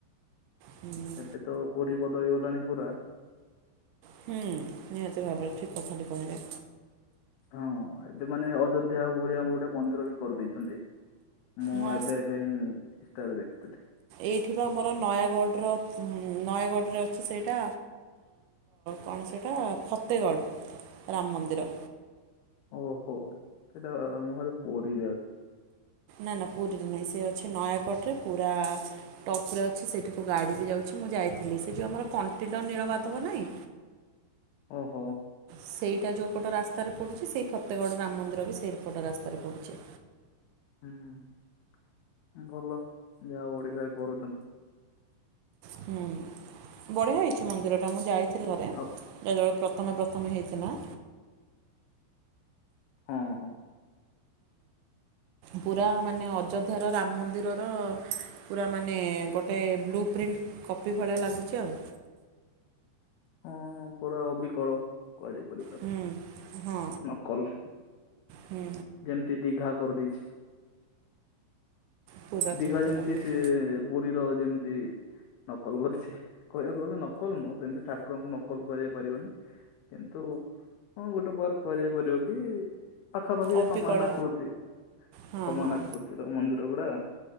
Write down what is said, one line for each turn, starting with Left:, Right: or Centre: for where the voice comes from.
Right: ହୁଁ
Left: ଏବେ ତ ପୁରୀ ବଦଳି ଗଲାଣି ପୁରା।
Right: ହୁଁ ନିହାତି ଭାବରେ ଠିକ୍ କଥାଟି କହିଲେ।
Left: ହଁ ଏବେ ମାନେ ଅଯୋଧ୍ୟା ଭଳିଆ ଆମ ଗୋଟେ ମନ୍ଦିର ବି କରିଦେଇଛନ୍ତି। ମୁଁ
Right: ହଁ
Left: ଏବେ ଏବେ ହିଁ ଇନଷ୍ଟାରେ ଦେଖିଥିଲି।
Right: ଏଇଠିବା ଆମର ନୟାଗଡ଼ର ନୟାଗଡ଼ରେ ଅଛି ସେଇଟା। କଣ ସେଇଟା ଫତେଗଡ଼ ରାମ ମନ୍ଦିର
Left: ଓହୋ ସେଇଟା ମୁଁ ଭାବେ ପୁରୀରେ ଅଛି।
Right: ନା ନା ପୁରୀରେ ନାହିଁ ସେ ଅଛି ନୟାଗଡ଼ରେ ପୁରା ଟପରେ ଅଛି ସେଇଠିକୁ ଗାଡ଼ି ବି ଯାଉଛି ମୁଁ ଯାଇଥିଲି ସେ ଯେଉଁ ଆମର କଣ୍ଟେଲୋ ନୀଳମାଧବ ନାହିଁ।
Left: ଓହୋ
Right: ସେଇଟା ଯୋଉପଟ ରାସ୍ତାରେ ପଡ଼ୁଛି ସେଇ ଫତେଗଡ଼ ରାମ ମନ୍ଦିର ବି ସେଇପଟ ରାସ୍ତାରେ ପଡ଼ୁଛି।
Left: ହୁଁ ଭଲ ଯାହା ଓଡିଶାରେ କରୁଛନ୍ତି।
Right: ହୁଁ ବଢିଆ ହେଇଛି ମନ୍ଦିର ଟା ମୁଁ ଯାଇଥିଲି ଥରେ।
Left: ଆଉ
Right: ଯେ <inaudible> ପ୍ରଥମେ ପ୍ରଥମେ ହେଇଥିଲା।
Left: ହଁ ହଁ
Right: ପୁରା ମାନେ ଅଯ ଧର ରାମ ମନ୍ଦିରର ପୁରା ମାନେ ଗୋଟେ ବ୍ଲୁ ପ୍ରିଣ୍ଟ୍ କପି ଭଳିଆ ଲାଗୁଛି ଆଉ
Left: ହଁ ପୁରା ଅବିକଳ କୁହାଯାଇ ପାରିବ।
Right: ହୁଁ ହଁ
Left: ନକଲ
Right: ହୁଁ
Left: ଯେମିତି ଦିଘା କରିଦେଇଛି।
Right: ପୁରା
Left: ଦିଘା
Right: ସେମିତି
Left: ଯେମତି
Right: ଲାଗୁଛି
Left: ସେ ପୁରୀର ଯେମିତି ନକଲ କରିଛି। କହିବାକୁ ଗଲେ ନକଲ ନୁହଁ ସେମିତି ଠାକୁରଙ୍କୁ ନକଲ କୁହାଯାଇ ପାରିବନି କିନ୍ତୁ ହଁ ଗୋଟେ ପ୍ରକାର କୁହାଯାଇ ପାରିବ କି ପାଖାପାଖି
Right: ଅବିକଳ
Left: ସମାନ ଆକୃତି
Right: ହଁ
Left: ସମାନ
Right: ହଁ
Left: ଆକୃତିର ମନ୍ଦିର ଗୁଡା